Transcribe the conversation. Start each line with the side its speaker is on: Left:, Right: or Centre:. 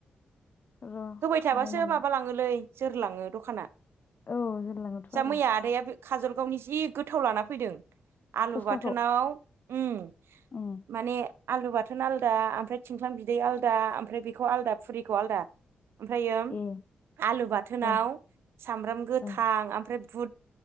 Left: र'
Right: होबाय थाबासो
Left: नायनांगोन
Right: माबा लाङोलै जोरलाङो दखाना।
Left: औ जोंलाङावथ'
Right: जा
Left: आरो।
Right: मैया आदाया बे काजलगावनि जि गोथाव लाना फैदों आलु
Left: फुसखाखौ
Right: बाथोनाव उम।
Left: उम
Right: माने आलु बाथोन आलदा ओमफ्राय थिंख्लां बिदै आलदा ओमफ्राय बेखौ आलदा फुरिखौ आलादा। ओमफ्रायो उम
Left: ए
Right: आलु बाथोनाव
Left: औ
Right: सामब्राम गोथां
Left: औ
Right: ओमफ्राय बुद